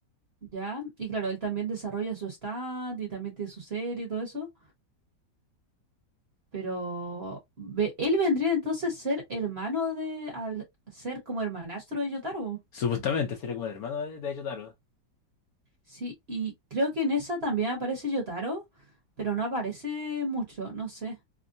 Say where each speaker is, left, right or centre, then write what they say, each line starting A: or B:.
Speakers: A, on the right; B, on the left.
A: ya, y claro, él también desarrolla su stand y también tiene su serie y todo eso, pero ve- él vendría entonces a ser hermano de al ser como hermanastro de Yotaro.
B: Supuestamente sería como el hermano de de Yotaro.
A: Sí, y creo que en esa también aparece Yotaro, pero no aparece mucho, no sé,